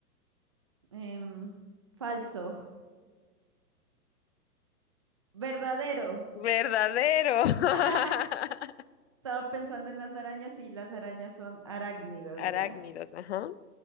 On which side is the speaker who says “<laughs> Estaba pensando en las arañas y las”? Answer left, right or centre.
Right